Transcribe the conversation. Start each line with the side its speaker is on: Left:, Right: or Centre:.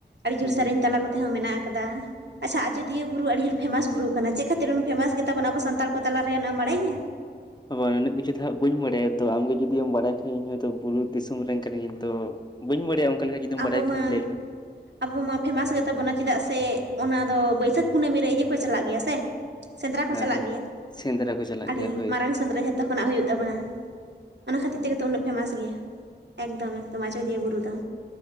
Right: ᱟᱹᱰᱤ ᱡᱩᱨ
Left: ᱦᱩᱸ
Right: ᱥᱮᱨᱮᱧ
Left: ᱦᱩᱸ
Right: ᱛᱟᱞᱟ ᱠᱚᱛᱮ ᱦᱚᱸ ᱢᱮᱱᱟᱜ ᱟᱠᱟᱫᱟ ᱟᱪᱪᱷᱟ ᱟᱡᱚᱫᱤᱭᱟᱹ ᱵᱩᱨᱩ ᱟᱹᱰᱤ ᱡᱩᱨ ᱯᱷᱮᱢᱟᱥ ᱵᱩᱨᱩ ᱠᱟᱱᱟ ᱪᱮᱫ ᱠᱷᱟᱹᱛᱤᱨ ᱩᱱᱠᱩ ᱯᱷᱮᱢᱟᱥ ᱜᱮ ᱛᱟᱵᱚᱱᱟ ᱟᱵᱚ ᱥᱟᱱᱛᱟᱲ ᱠᱚ ᱛᱟᱞᱟ ᱨᱮ ᱚᱱᱟ ᱮᱢ ᱵᱟᱲᱟᱭ ᱜᱮᱭᱟ
Left: ᱟᱵᱟᱨ ᱩᱱᱟᱹᱜ ᱠᱤᱪᱷᱩ ᱫᱚ ᱦᱟᱜ ᱵᱟᱹᱧ ᱵᱟᱰᱟᱭᱟ ᱛᱚ ᱟᱢᱜᱮ ᱡᱚᱫᱤᱢ ᱵᱟᱰᱟᱭ ᱠᱷᱟᱡ ᱤᱧ ᱦᱚᱭᱛᱳ ᱵᱩᱨᱩ ᱫᱤᱥᱚᱢ ᱨᱮᱱ ᱠᱟᱱᱟ ᱤᱧ ᱛᱚ ᱵᱟᱹᱧ ᱵᱟᱲᱟᱭᱟ ᱚᱱᱠᱟ ᱞᱮᱠᱟ <unintelligible>
Right: ᱟᱵᱚ ᱢᱟᱸ
Left: ᱠᱷᱟᱱ ᱞᱟᱹᱭ ᱢᱮ
Right: ᱟᱵᱩ ᱢᱟ ᱯᱷᱮᱢᱟᱥ ᱜᱮ ᱛᱟᱵᱚᱱᱟ ᱪᱮᱫᱟᱜ ᱥᱮ ᱚᱱᱟ ᱫᱚ ᱵᱟᱹᱭᱥᱟᱹᱠ ᱠᱩᱱᱟᱹᱢᱤ ᱨᱮ ᱤᱭᱟᱹ ᱠᱚ ᱪᱟᱞᱟᱜ ᱜᱮᱭᱟ ᱥᱮ ᱥᱮᱸᱫᱽᱨᱟ ᱠᱚ
Left: ᱦᱮᱸ
Right: ᱪᱟᱞᱟᱜ
Left: ᱦᱮᱸ
Right: ᱜᱮᱭᱟ
Left: ᱥᱮᱸᱫᱽᱨᱟ ᱠᱚ ᱪᱟᱞᱟᱜ
Right: ᱟᱹᱰᱤ
Left: ᱜᱮᱭᱟ ᱦᱳᱭ
Right: ᱢᱟᱨᱟᱝ ᱥᱮᱸᱫᱽᱨᱟ ᱡᱷᱚᱛᱚ ᱠᱷᱚᱱᱟᱜ ᱦᱩᱭᱩᱜ ᱛᱟᱵᱚᱱᱟ ᱚᱱᱟ ᱠᱷᱟᱹᱛᱤᱨ ᱛᱮᱜᱮ ᱛᱚ ᱩᱱᱟᱹᱜ ᱯᱷᱮᱢᱟᱥ ᱜᱮᱭᱟ ᱮᱠᱫᱚᱢ ᱮᱠᱫᱚᱢ ᱟᱡᱚᱫᱤᱭᱟᱹ ᱵᱩᱨᱩ ᱫᱚ